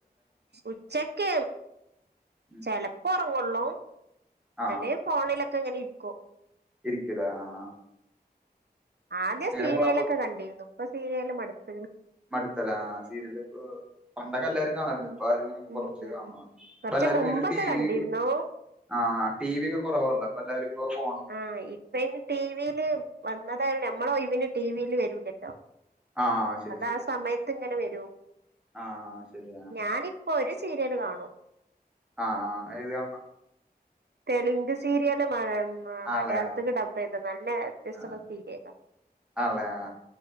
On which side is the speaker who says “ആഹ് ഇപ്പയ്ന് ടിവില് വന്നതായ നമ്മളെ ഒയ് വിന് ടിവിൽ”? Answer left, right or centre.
Right